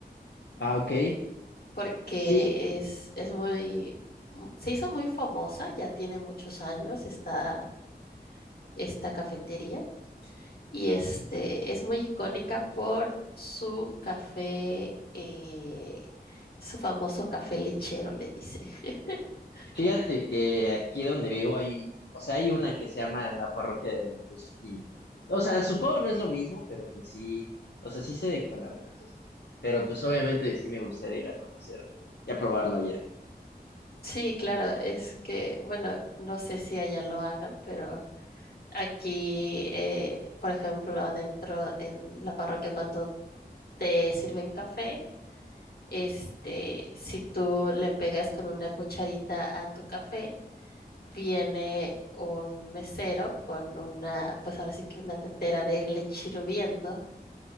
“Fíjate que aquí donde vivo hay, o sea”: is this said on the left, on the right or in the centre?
Left